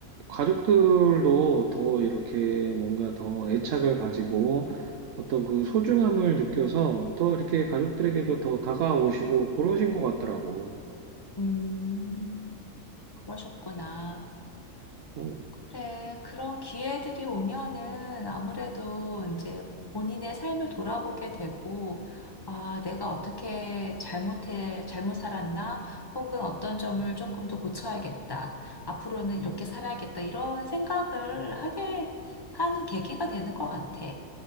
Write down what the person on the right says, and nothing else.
가족들도 더 이렇게 뭔가 더 애착을 가지고 어떤 그 소중함을 느껴서 또 이렇게 가족들에게도 더 다가오시고 그러신 것 같더라고.
응.